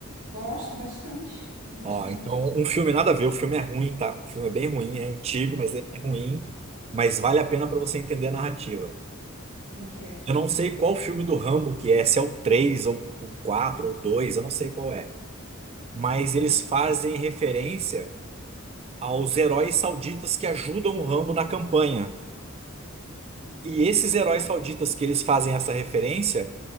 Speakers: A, on the right; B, on the right.
A: gosto bastante, bastante.
B: Ó, então um filme nada a ver, o filme é ruim, tá? O filme é bem ruim, é antigo, mas é é ruim, mas vale a pena para você entender a narrativa.
A: O quê?
B: Eu não sei qual filme do Rambo que é, se é o 3 ou o 4 ou o 2, eu não sei qual é. mas eles fazem referência aos heróis sauditas que ajudam o Rambo na campanha. E esses heróis sauditas que eles fazem essa referência